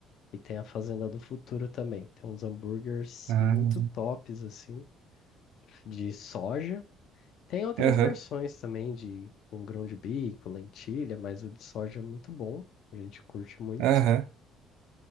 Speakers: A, on the left; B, on the right.
A: e tem a Fazenda do Futuro também. Tem uns hambúrgueres
B: Ah,
A: muito tops, assim, de soja. Tem outras
B: Aham,
A: versões também de um grão de bico, lentilha, mas o de soja é muito bom. A gente curte muito.
B: aham.